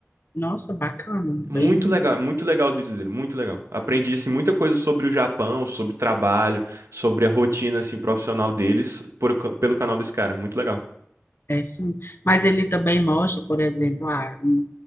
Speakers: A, on the left; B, on the right.
A: Nossa, bacana, bem
B: Muito legal, é muito legal os vídeos dele, muito legal. Aprendi assim muita coisa sobre o Japão, sobre trabalho, sobre a rotina assim profissional deles por- ca- pelo canal desse cara, muito legal.
A: É, sim. Mas ele também mostra, por exemplo, ah, um-